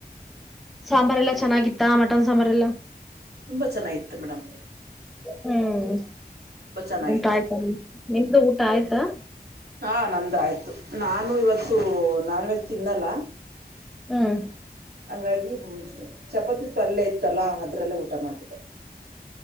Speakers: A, in the centre; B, on the right (about 80°).
A: ಸಾಂಬಾರೆ ಎಲ್ಲಾ ಚೆನ್ನಾಗಿತ್ತ ಮಟನ್ ಸಾಂಬಾರ್ಲ್ಲಾ
B: ತುಂಬಾ ಚೆನ್ನಾಗಿತ್ತು ಮೇಡಮ್.
A: ಹ್ಮ್
B: ತುಂಬಾ ಚೆನ್ನಾಗಿತ್ತು
A: ಊಟ ಆಯ್ತಾ ನಿಮ್ದು ಊಟ ಆಯ್ತಾ.
B: ಹಾ ನಂದ ಆಯ್ತು ನಾನು ಇವತ್ತು ನಾನ್ ವೆಜ್ ತಿನ್ನಲ್ಲ.
A: ಹ್ಮ್
B: ಹಂಗಾಗಿ ಚಪಾತಿ ಪಲ್ಯ ಇತ್ತಲ್ಲಾ ಅದ್ರಲ್ಲೇ ಊಟ ಮಾಡ್ಬಿಟ್ಟೆ.